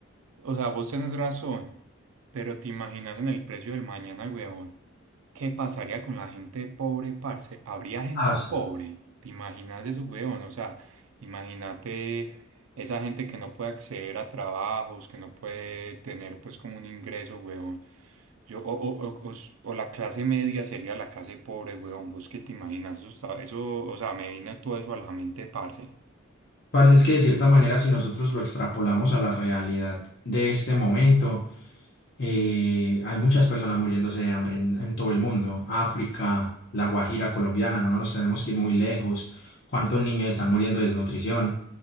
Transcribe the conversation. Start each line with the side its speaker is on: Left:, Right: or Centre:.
Right: O sea, vos tenés razón, pero te imaginas en el precio del mañana, huevón. ¿Qué pasaría con la gente pobre, parce? ¿Habría gente
Left: Ah, sí.
Right: pobre? ¿Te imaginas eso, huevón? O sea, imagínate esa gente que no puede acceder a trabajos, que no puede tener pues como un ingreso, huevón. Yo, o, o, o, o s- o la clase media sería la clase pobre, huevón. ¿Vos qué te imaginas? Eso, está- eso, o sea, me vino todo eso a la mente, parce.
Left: Parce, es que de cierta manera, si nosotros lo extrapolamos a la realidad de este momento, Eh, hay muchas personas muriéndose de hambre en, en todo el mundo. África, La Guajira colombiana, no, no nos tenemos que ir muy lejos. ¿Cuántos niños están muriendo de desnutrición?